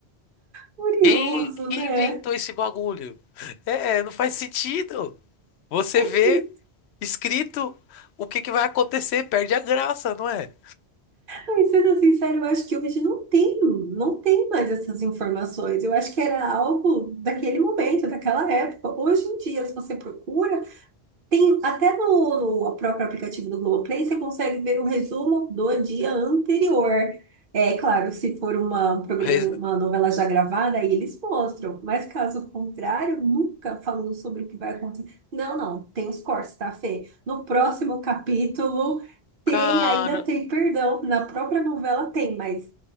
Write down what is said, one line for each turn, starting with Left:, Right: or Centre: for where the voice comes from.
Right: Curioso,
Left: Quem, quem
Right: né?
Left: inventou esse bagulho? É, não faz sentido. Você
Right: É
Left: vê
Right: que,
Left: escrito o que que vai acontecer, perde a graça, não é?
Right: ai, sendo sincero, eu acho que hoje não tem, não tem mais essas informações. Eu acho que era algo daquele momento, daquela época. Hoje em dia, se você procura, Tem até no, no próprio aplicativo do Globoplay, você consegue ver o resumo do dia anterior. É claro, se for uma, um programa,
Left: Re-
Right: uma novela já gravada, aí eles mostram. Mas caso contrário, nunca falando sobre o que vai acontecer. Não, não, tem os cortes, tá, Fê? No próximo capítulo tem,
Left: Cara,
Right: ainda tem perdão. Na própria novela tem, mas